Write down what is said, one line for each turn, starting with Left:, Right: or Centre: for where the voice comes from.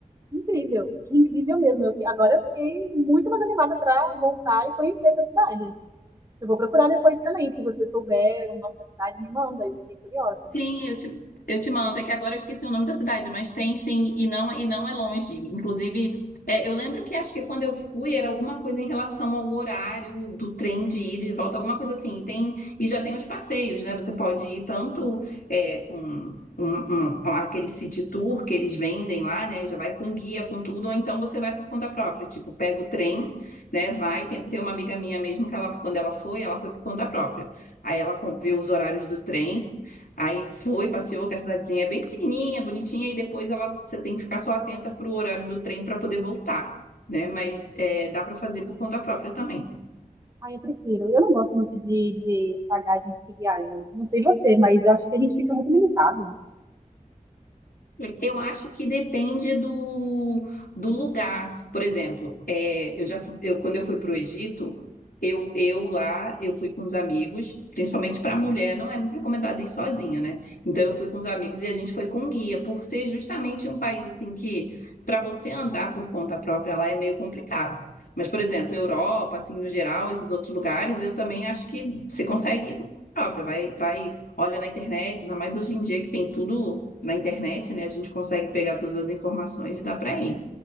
Right: incrível, incrível mesmo. Eu, agora eu fiquei muito mais animada para voltar e conhecer essa cidade. Eu vou procurar depois também, se você souber o nome da cidade, me manda, eu fiquei curiosa.
Left: Sim, eu te, eu te mando. É que agora eu esqueci o nome da cidade, mas tem sim, e não, e não é longe. Inclusive, é, eu lembro que acho que quando eu fui era alguma coisa em relação ao horário do trem de ida e de volta, alguma coisa assim. E Tem, e já tem os passeios, né? Você pode ir tanto é, com um- um- um, aquele city tour que eles vendem lá, né? Já vai com guia, com tudo, ou então você vai por conta própria. Tipo, pega o trem, né? Vai. Tem, tem uma amiga minha mesmo que ela, quando ela foi, ela foi por conta própria. Aí ela com- vê os horários do trem Aí foi, passeou, que a cidadezinha é bem pequenininha, bonitinha, e depois ela, você tem que ficar só atenta para o horário do trem para poder voltar, né? Mas é, dá para fazer por conta própria também.
Right: Ah, eu prefiro. Eu não gosto muito de, de pagar a gente que viaja. Não sei você, mas eu acho que a gente fica muito limitado.
Left: Eu acho que depende do, do lugar. Por exemplo, é, eu já fu- eu, quando eu fui para o Egito, eu, eu lá eu fui com os amigos, principalmente para mulher, não é muito recomendado ir sozinha, né? Então eu fui com os amigos e a gente foi com guia, por ser justamente um país assim que para você andar por conta própria lá é meio complicado. Mas, por exemplo, Europa, assim, no geral, esses outros lugares, eu também acho que você consegue ir por conta própria, vai, vai, olha na internet, ainda mais hoje em dia que tem tudo na internet, né? A gente consegue pegar todas as informações e dá para ir.